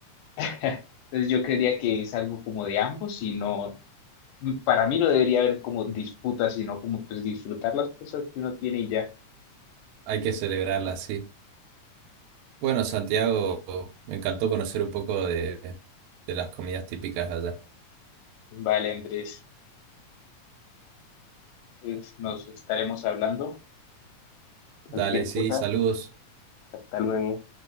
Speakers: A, on the left; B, on the right.
A: <laughs> entonces yo creería que es algo como de ambos y no, mm, para mí no debería haber como disputas, sino como pues disfrutar las cosas que uno tiene y ya.
B: Hay que celebrarla así. Bueno, Santiago, me encantó conocer un poco de, de las comidas típicas de allá.
A: Vale, Andrés, pues, nos estaremos hablando.
B: Dale,
A: Cualquier cosa,
B: sí, saludos.
A: hasta luego.